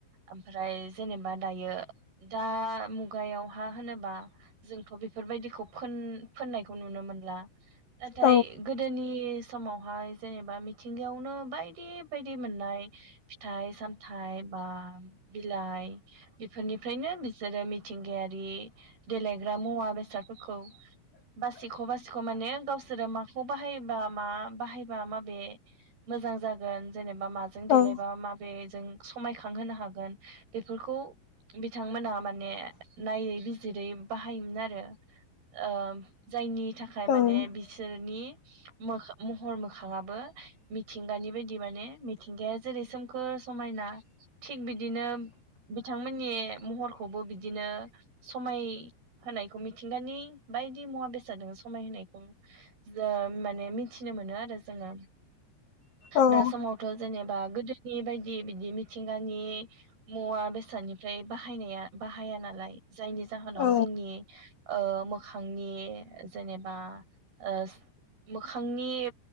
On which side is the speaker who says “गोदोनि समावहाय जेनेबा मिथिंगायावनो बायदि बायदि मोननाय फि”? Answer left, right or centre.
Right